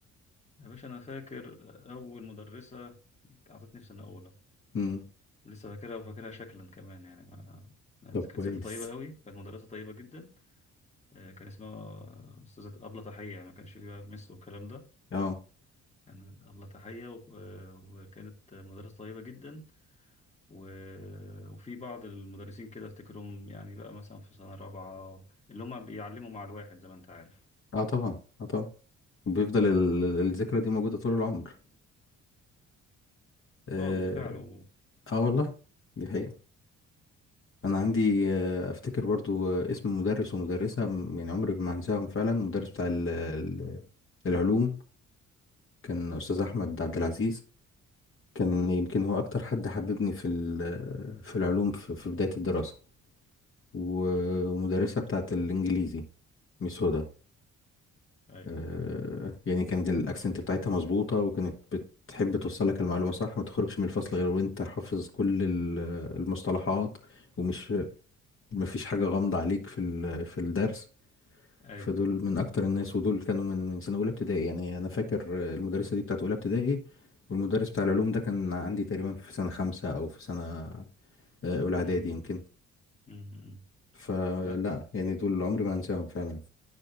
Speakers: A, on the left (about 20°); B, on the left (about 45°).
A: يا باشا أنا فاكر أول مدرسة أعطتني في سنة أولى
B: امم
A: لسه فاكرها وفاكرها شكلا كمان يعني ما يعني
B: طب
A: كانت
B: كويس
A: ست طيبة قوي كانت مدرسة طيبة جدا آه، كان اسمها أستاذة أبلة تحية يعني ما كانش فيها مس والكلام ده
B: اه
A: كان أبلة تحية و- آه، وكانت مدرسة طيبة جدا و- وفي بعض المدرسين كده أفتكرهم يعني بقى مثلا في سنة رابعة اللي هم بيعلموا مع الواحد زي ما أنت عارف
B: اه طبعا اه طبعا بيفضل ال- الذكرى دي موجوده طول العمر اه,
A: أه بالفعل و...
B: آه والله دي حقيقة انا عندي آه، افتكر برضو آه، اسم مدرس ومدرسه م- يعني عمري ما هنساهم فعلا مدرس بتاع ال- ال- العلوم كان استاذ احمد عبد العزيز كان يمكن هو اكتر حد حببني في ال- في العلوم في في بدايه الدراسه و- ومدرسه بتاعه الانجليزي ميس هدى
A: أيوه
B: آه، يعني كانت الاكسنت بتاعتها مظبوطه وكانت بتحب توصل لك المعلومه صح ما تخرجش من الفصل غير وانت حافظ كل ال- المصطلحات ومش مفيش حاجه غامضه عليك في ال- في الدرس
A: أيوه
B: فدول من اكتر الناس ودول كانوا من من سنه اولى ابتدائي يعني انا فاكر آه، المدرسه دي بتاعت اولى ابتدائي والمدرس بتاع العلوم ده كان عندي تقريبا في سنه خمسة او في سنه آه، اولى اعدادي
A: أمم،
B: يمكن
A: أمم، أمم.
B: فلا
A: لا
B: يعني دول عمري ما هنساهم فعلا